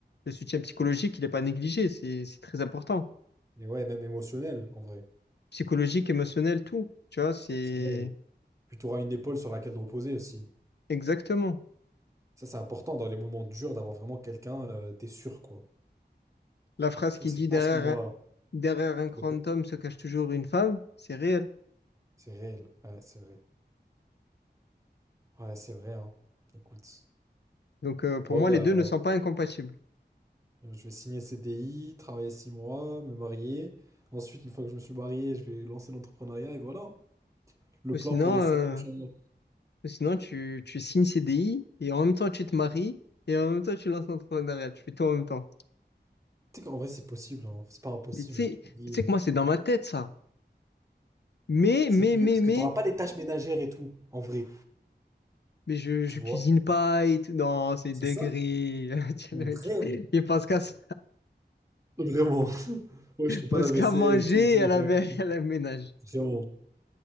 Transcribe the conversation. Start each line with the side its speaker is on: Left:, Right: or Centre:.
Left: le soutien psychologique, il n'est pas négligé. C'est, c'est très important.
Right: Et ouais, même émotionnel en vrai.
Left: Psychologique, émotionnel, tout. Tu vois, c'est
Right: C'est bien Puis tu auras une épaule sur laquelle te reposer aussi.
Left: exactement.
Right: Ça, c'est important dans les moments durs d'avoir vraiment quelqu'un, euh, t'es sûr, quoi.
Left: La phrase
Right: Je trouve
Left: qui
Right: que
Left: dit
Right: c'est
Left: derrière,
Right: à ce moment-là.
Left: un- derrière un grand
Right: D'accord.
Left: homme se cache toujours une femme, c'est réel.
Right: C'est réel. Ouais, c'est vrai. Ouais, c'est vrai, hein. Écoute.
Left: Donc euh, pour
Right: Bon,
Left: moi,
Right: bah,
Left: les deux ne sont pas incompatibles.
Right: je, je vais signer CDI, travailler six mois, me marier. Ensuite, une fois que je me suis marié, je vais lancer l'entrepreneuriat et voilà. Le
Left: Sinon,
Right: plan pour les 7
Left: euh,
Right: prochains mois.
Left: Ou Sinon, tu, tu signes CDI et en même temps, tu te maries et en même temps, tu lances l'entrepreneuriat. Tu fais tout en même temps.
Right: Tu sais qu'en vrai, c'est possible, hein. C'est pas impossible.
Left: Mais tu sais, tu
Right: Il-
Left: sais que moi, c'est dans ma tête, ça. Mais,
Right: C'est
Left: mais,
Right: mieux
Left: mais,
Right: parce
Left: mais,
Right: que t'auras pas les tâches ménagères et tout, en vrai.
Left: mais je,
Right: Tu
Left: je
Right: vois?
Left: cuisine pas et tout. Non, c'est
Right: C'est
Left: dinguerie.
Right: ça?
Left: <laughs> Tu sais,
Right: Mon
Left: le mec,
Right: rêve.
Left: Il pense qu'à se-
Right: Vraiment. Ouais, je fais pas
Left: pense
Right: la vaisselle
Left: qu'à manger
Right: et tout, tous
Left: et
Right: mes
Left: à la,
Right: caractères.
Left: mé- <laughs> à la ménage.
Right: Vraiment.